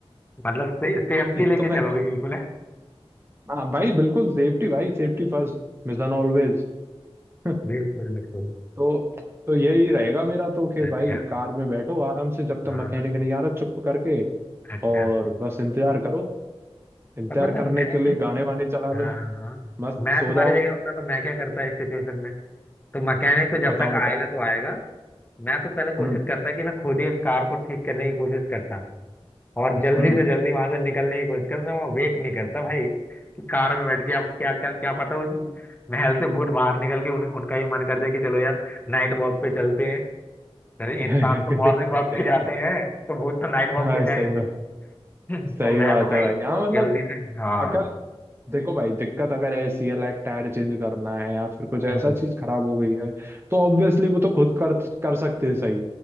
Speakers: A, on the left; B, on the right.
A: मतलब से, सेफ्टी लेके
B: तो मैं
A: चलोगे बिल्कुल है
B: हाँ भाई बिल्कुल सेफ्टी भाई सेफ्टी फर्स्ट मिशन ऑलवेज <laughs>
A: बिल्कुल बिल्कुल
B: तो तो यही रहेगा मेरा तो कि
A: अच्छा
B: भाई कार में बैठो आराम से जब तक
A: हाँ
B: मैकेनिक
A: हाँ।
B: नहीं आ रहा चुप करके
A: अच्छा
B: और बस इंतजार करो इंतजार
A: पर पता है,
B: करने
A: मैं
B: के लिए गाने वाने चला लो
A: हाँ हाँ
B: मस्त
A: मैं
B: सो
A: तुम्हारी
B: जाओ
A: जगह होता तो मैं क्या करता इस सिचुएशन में तो मैकेनिक तो जब
B: बताओ
A: तक आएगा
B: बताओ
A: तो आएगा मैं तो पहले कोशिश
B: हम्म
A: करता कि मैं खुद ही इस कार को ठीक करने की कोशिश करता और जल्दी
B: हम्म
A: से जल्दी वहां से निकलने की कोशिश करता मैं वहाँ वेट नहीं करता भाई कि कार में बैठ के आप क्या क्या क्या पता उस महल से भूत बाहर निकल के उन, उनका ही मन कर जाए कि चलो यार नाइट वॉक पे चलते हैं अरे
B: <laughs>
A: इंसान तो मॉर्निंग वॉक पे जाते हैं तो भूत तो नाइट वॉक
B: भाई
A: पे जाएंगे
B: सही बात है
A: <clears throat> <laughs>
B: सही
A: तो मैं
B: बात
A: तो भाई
B: है भाई
A: इसको
B: हाँ मतलब
A: जल्दी से हाँ
B: अगर देखो भाई दिक्कत अगर ऐसी है लाइक टायर चेंज करना है या फिर कुछ ऐसा
A: हम्म
B: चीज खराब हो गई है तो ऑब्वियसली वो तो खुद कर कर सकते हैं सही